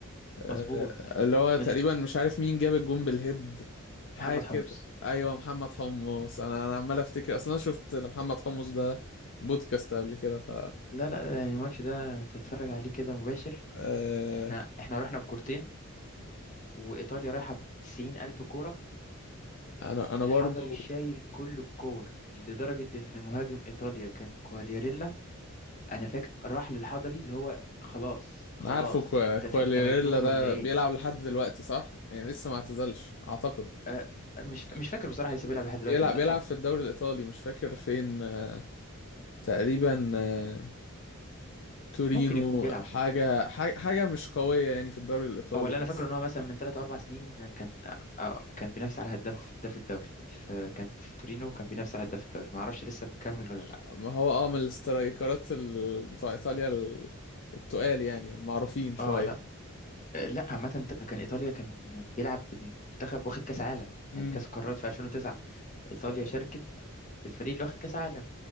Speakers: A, on the left; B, on the left.
A: آه،
B: مظبوط
A: اللي هو تقريبا
B: من
A: مش عارف مين جاب الجون بالهيد حاجة
B: محمد
A: كده
B: حمص
A: ايوه محمد حمص انا انا عمال افتكر اصلا انا شفت محمد حمص ده بودكاست قبل كده ف
B: لا لا يعني الماتش ده انت تتفرج عليه كده مباشر
A: آه،
B: احنا احنا رحنا بكورتين وإيطاليا رايحة بتسعين ألف كورة
A: انا انا
B: الحضري
A: برضو
B: شايل كل الكور لدرجة إن مهاجم إيطاليا كان كوالياريلا أنا فاكر راح للحضري اللي هو خلاص خلاص
A: عارفه كوا-
B: أنت
A: كواليريلا
B: في أنت مجنون
A: ده
B: ولا إيه؟
A: بيلعب لحد دلوقتي صح يعني لسه ما اعتزلش اعتقد
B: أه مش مش فاكر بصراحة لسه بيلعب لحد دلوقتي
A: بيلعب
B: ولا لأ
A: بيلعب في الدوري الايطالي مش فاكر فين آه، تقريبا آه، تورينو
B: ممكن يكون بيلعب
A: حاجة حاجة حاجة مش قوية يعني في الدوري الإيطالي
B: أو اللي
A: بس
B: أنا فاكره إن هو مثلا من ثلاث أو أربع سنين كان آه، كان بينافس على هداف هداف الدوري في كان في تورينو وكان بينافس على هداف الدوري ما اعرفش لسه مكمل ولا لا
A: ما هو اه من الاسترايكرات ال... بتوع إيطاليا ال... التقال يعني المعروفين شوية
B: اه لا آه، لا عامه انت كان ايطاليا كان بيلعب بالمنتخب واخد كاس عالم
A: مم.
B: يعني كاس قارات في 2009 ايطاليا
A: ف...
B: شاركت بالفريق اللي واخد كاس عالم